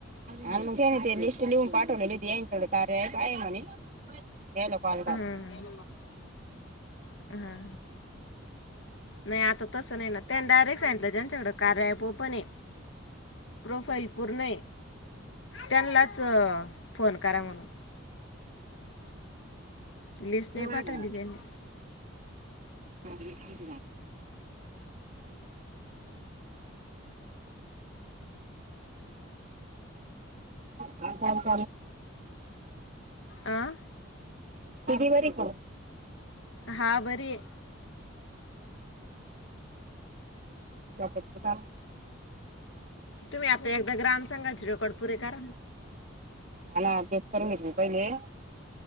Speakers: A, on the right (about 40°); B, on the left (about 65°).
A: ह मग घ ते लिस्ट लिऊन पाठवलेली त्यांनी एक कार्य अँप आहे म्हणे त्याला कॉल कर.
B: हा हा नाही आता तस नाही ना त्याना सांगितलंच्यान सगळं कार्या ऍप ओपन आहे प्रोफाईल कुठं आहे? त्यांनाच फोन करा म्हणून लिस्ट नाही
A: तमला
B: पाठवली त्यांनी
A: हां आता
B: अ
A: <unintelligible> ती बरी का
B: हा बरी आहे.
A: स्वयपाक च काम
B: तुम्ही आता एकदा ग्राम संघाचे रेकॉर्ड पुरे करा
A: हाणा तेच करत होते पहिले